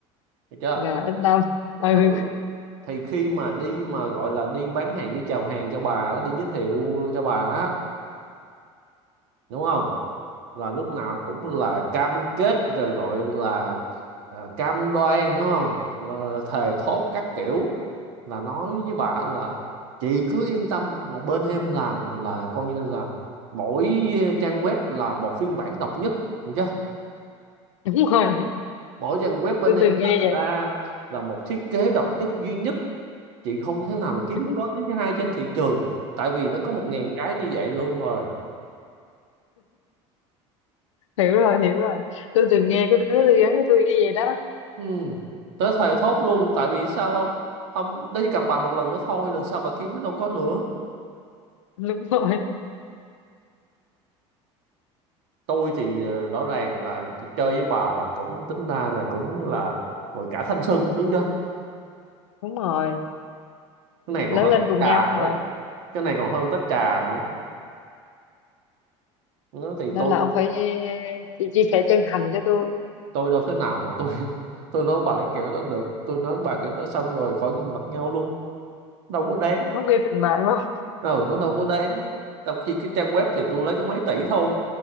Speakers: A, on the right; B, on the left.
A: được chưa
B: là ít tâm ừ
A: ừ thì khi mà đi mà gọi là đi bán hàng đi chào hàng cho bà đó đi giới thiệu cho bà á đúng không là lúc nào cũng là cam kết rồi gọi là ờ, cam đoan đúng không là thề thốt các kiểu là nói với bà là chị cứ yên tâm là bên em làm là coi như là mỗi trang web là một phiên bản độc nhất được chưa
B: <laughs> đúng rồi
A: mỗi trang web bên
B: tôi
A: em
B: từng nghe
A: làm
B: vậy
A: ra là một thiết kế độc nhất duy nhất chị không thể nào mà kiếm
B: đúng
A: có thứ hai trên thị trường tại vì nó có một ngàn cái như vậy luôn rồi
B: hiểu rồi hiểu rồi tôi từng nghe có đứa tôi gắn với tôi y vậy đó
A: ừ. tới thề thốt luôn tại vì sao không không đấy gặp bà một lần nữa thôi lần sau bà kiếm nó đâu có nữa
B: đúng rồi
A: tôi thì ờ, rõ ràng là chơi với bà là cũng tính ra là cũng là gọi cả thanh xuân đúng chưa
B: đúng rồi
A: cái này
B: lớn
A: còn hơn
B: lên
A: tách
B: cùng
A: trà
B: nhau
A: nữa
B: mà
A: cái này còn hơn tách trà nữa Nó thì
B: nên
A: tôi
B: là ông phải chia, chia sẻ chân thành cho tôi
A: tôi đâu thế nào mà tôi <laughs> tôi nói bà cái kiểu đó được tôi nói bà kiểu đó xong rồi khỏi nhìn mặt nhau luôn đâu có đáng
B: mất đi tình bạn không
A: ừ nó đâu có đáng trong khi cái trang web thì tôi lấy có mấy tỷ thôi